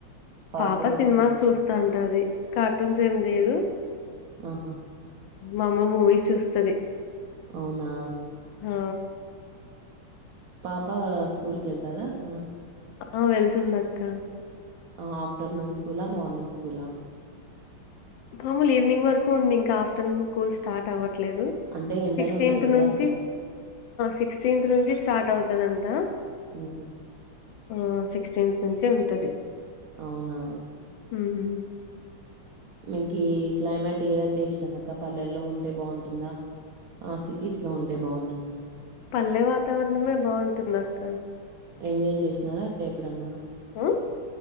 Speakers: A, on the right (about 75°); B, on the left (about 75°).
A: కార్టూన్స్
B: పాప సినిమాస్
A: ఇట్లాంటివి
B: చూస్తా ఉంటది కార్టూన్స్ ఏం లేదు
A: ఆహా
B: మామూలు మూవీస్ చూస్తుది
A: అవునా
B: ఆ
A: పాప స్కూల్ కెల్తాదా అక్క
B: ఆ వెళ్తుంది అక్క
A: ఆఫ్టర్నూన్ స్కూల మార్నింగ్ స్కూల
B: మాముూలు ఈవినింగ్ వరకు ఉంది ఇంకా ఆఫ్టర్నూన్ స్కూల్ స్టార్ట్ అవ్వట టలేదు
A: అంటే ఎండలు
B: సిక్స్టెంత్
A: ఉన్నాయి కదా
B: నుంచి
A: అక్క
B: సిక్స్టెంత్ నుంచి స్టార్ట్ అవుతుదంతా
A: ఉహు
B: ఆ సిక్స్టీన్త్ నుంచి ఉంటది
A: అవునా
B: ఉహు
A: మకి క్లైమేట్ ఏదంటే ఇష్టం అక్క పల్లెల్లో ఉంటే బాగుంటుందా ఆ సిటీస్ లో ఉంటే బాగుంటుందా
B: పల్లె వాతావరణమే బాగుంటుంది అక్క
A: ఎంజాయ్ చేసినారా అక్క ఎప్పుడన్నా
B: ఆ